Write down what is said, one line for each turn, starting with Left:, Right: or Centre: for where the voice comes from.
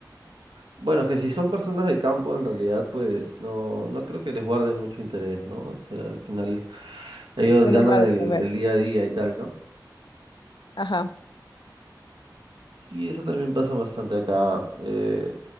Right: Bueno, es que si son personas de campo, en realidad, pues no, no creo que les guarde mucho interés, ¿no? O sea, al final ellos
Left: Tienen
Right: ganan
Left: para
Right: el,
Left: comer.
Right: el día a día y tal, ¿no?
Left: Ajá.
Right: Sí, eso también pasa bastante acá. Eh,